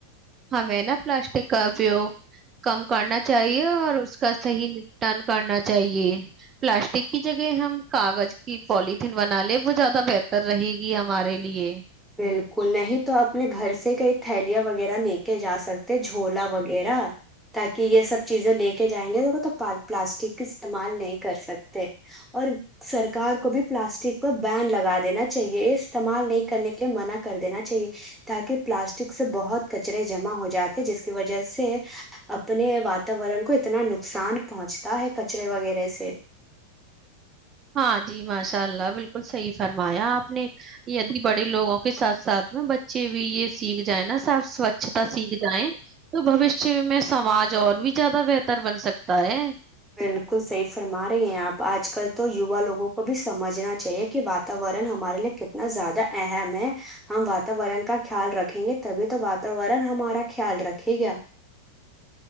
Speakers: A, on the right; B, in the centre.
A: ہم نہا پلاسٹک کاو کم کرنا چاہیے اور اس کا صحیح نپٹان کرنا چاہے پلاسٹک کی جگہ ہم کاغذ کہ پولیتھین بنا لے وہ زیادہ بہتر رہے گی ہمارے لیے
B: بالکل نہیں تو اپنے گھر سے کئی تھیلیاں وغیرہ لے کے جا سکتے جھولا وغیرہ تاکہ یہ سب چیزیں لے کے جائیں گے پلاسٹک استعمال نہیں کر سکتے اور سرکار کو بھی پلاسٹک پر بین لگا دینا چاہیے یہ استعمال نہیں کرنے کے منع کر دینا چاہیے تاکہ پلاسٹک سے بہت کچرے جمع ہو جاتے جس کی وجہ سے اپنے واتاورن کو اتنا نقصان پہنچتا ہے کچرے وغیرہ سے
A: ہاں جی ماشاء اللہ بالکل بالکل صحی فرمایا آپ نے یہ بڑے لوگوں کے ساتھ ساتھ میں بچے بھی یہ سیکھ جائ نا سب سوچھتا سیکھ جائیں تو بوشیہ میں سماج اور بھی زیادہ بہتر بن سکتا ہے
B: بالکل صحیح فرما رہے ہیں آپ آج کل تو یوا لوگوں کو بھی سمجھنا چاہیے کہ واتورن ہمارے لیے کتنا زیادہ اہم ہے ہم واتورن کا خیال رکھیں گے تبھی تو واتورن ہمارا خیال رکھے گا